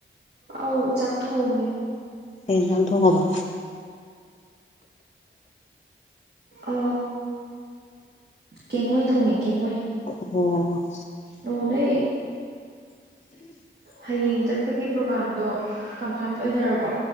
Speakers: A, on the right (about 50°); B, on the left (about 30°).
A: ꯑꯧ ꯆꯥꯛ ꯊꯣꯡꯉꯦ
B: ꯀꯩ ꯌꯦꯟꯁꯥꯡ ꯊꯣꯡꯉꯕ
A: ꯑ ꯀꯦꯡꯉꯣꯏ ꯊꯣꯡꯉꯦ ꯀꯦꯡꯉꯣꯏ
B: ꯑꯣ
A: ꯂꯣꯅꯦ ꯍꯌꯦꯡ ꯆꯠꯄꯒꯤ ꯄ꯭ꯔꯣꯒꯥꯝꯗꯣ ꯀꯟꯐꯥꯝ ꯑꯣꯏꯅꯔꯕꯣ